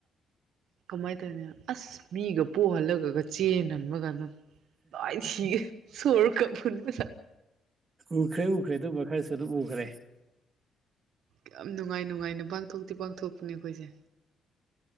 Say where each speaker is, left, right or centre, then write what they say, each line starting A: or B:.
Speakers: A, on the right; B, on the right.
A: ꯀꯃꯥꯏꯅ ꯇꯧꯅꯤ ꯑꯁ ꯃꯤꯒ ꯄꯨꯣꯛꯍꯜꯂꯒꯒ ꯆꯦꯟꯍꯟꯕ ꯀꯥꯟꯗ ꯇꯥꯏ ꯁꯤꯒ ꯁꯣꯔ ꯀ ꯐꯟꯕ
B: ꯎꯈ꯭ꯔꯦ ꯎꯈ꯭ꯔꯦ ꯑꯗꯨꯝꯕ ꯈꯔꯁꯨ ꯑꯗꯨꯝ ꯎꯈ꯭ꯔꯦ
A: ꯌꯥꯝ ꯅꯨꯡꯉꯥꯏ ꯅꯨꯡꯉꯥꯏꯅ ꯄꯥꯡꯊꯣꯛꯇꯤ ꯄꯥꯡꯊꯣꯛꯄꯅꯦ ꯑꯩꯈꯣꯏꯁꯦ